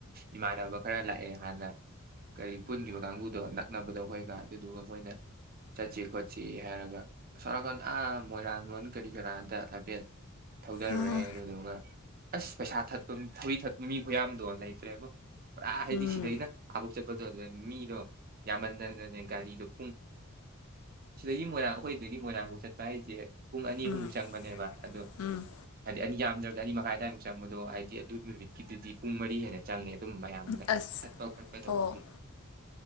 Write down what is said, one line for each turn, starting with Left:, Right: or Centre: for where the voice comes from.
Right: ꯏꯃꯥꯟꯅꯕ ꯈꯔ ꯂꯥꯛꯑꯦ ꯍꯥꯟꯅ ꯀꯔꯤ ꯄꯨꯟꯒꯤꯕꯥ ꯀꯥꯡꯕꯨꯗꯣ ꯂꯛꯅꯕꯗꯣ ꯑꯩꯈꯣꯏꯅ ꯑꯗꯨꯗꯨꯒ ꯃꯣꯏꯅ ꯆꯠꯁꯦ ꯈꯣꯠꯁꯦ ꯁꯤ ꯍꯥꯏꯔꯒ ꯁꯔꯀꯥꯟꯗ ꯑꯥ ꯃꯣꯏꯔꯥꯡ ꯂꯣꯝ ꯀꯔꯤ ꯀꯔꯥꯗ ꯍꯥꯏꯐꯦꯠ ꯊꯧꯗꯔꯨꯔꯦ
Left: ꯑꯥ,
Right: ꯑꯗꯨꯗꯨꯒ ꯑꯁ ꯄꯩꯁꯥ ꯊꯠꯄ ꯊꯧꯔꯤ ꯊꯠꯄ ꯃꯤ ꯈꯨꯌꯥꯝꯗꯣ ꯂꯩꯇ꯭ꯔꯦꯕꯣ ꯄꯨꯔꯥ ꯍꯥꯏꯗꯤ
Left: ꯎꯝ
Right: ꯁꯤꯗꯩꯅ ꯑꯕꫭꯛꯆꯠ ꯆꯠꯄꯗꯣ ꯑꯗꯨ ꯃꯤꯗꯣ ꯌꯥꯝꯃꯟꯗꯅꯅꯦ ꯒꯥꯔꯤꯗꯣ ꯄꯨꯡ ꯁꯤꯗꯒꯤ ꯃꯣꯏꯔꯥꯡ ꯑꯩꯈꯣꯏꯗꯒꯤ ꯃꯣꯏꯔꯥꯡꯕꯨꯛ ꯆꯠꯄ ꯍꯥꯏꯁꯦ ꯄꯨꯡ ꯑꯅꯤ
Left: ꯎꯝ
Right: ꯑꯍꯨꯝꯃꯨꯛ ꯆꯪꯕꯅꯦꯕ ꯑꯗꯣ
Left: ꯎꯝ
Right: ꯍꯥꯏꯗꯤ ꯑꯅꯤ ꯌꯥꯝ ꯍꯟꯗ꯭ꯔꯕꯗ ꯑꯅꯤ ꯃꯈꯥꯏꯗꯏꯃꯨꯛ ꯆꯪꯕꯗꯣ ꯍꯥꯏꯗꯤ ꯑꯗꯨ ꯅꯨꯃꯤꯠꯀꯤꯗꯨꯗꯤ ꯄꯨꯡ ꯃꯔꯤ ꯍꯦꯟꯅ ꯆꯪꯉꯦꯕ ꯑꯗꯨꯝ ꯃꯌꯥꯝꯅ
Left: ꯑꯁ
Right: ꯊꯛꯄ ꯈꯣꯠꯄ ꯇꯧꯕꯒꯤ
Left: ꯑꯣ